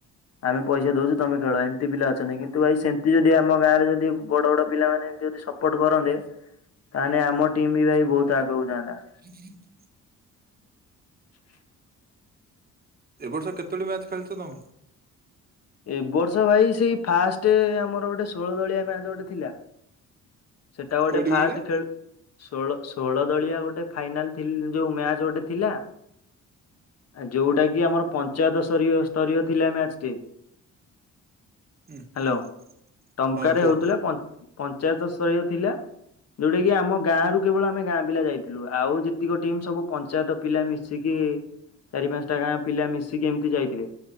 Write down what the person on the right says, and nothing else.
<inaudible>
ଏ ବର୍ଷ କେତୋଟି ମ୍ୟାଚ୍ ଖେଳ୍ଚ ତମେ?
କୋଉଠି
କହିଲେ
ହୁଁ
ହୁଁ
ହଁ କୁହ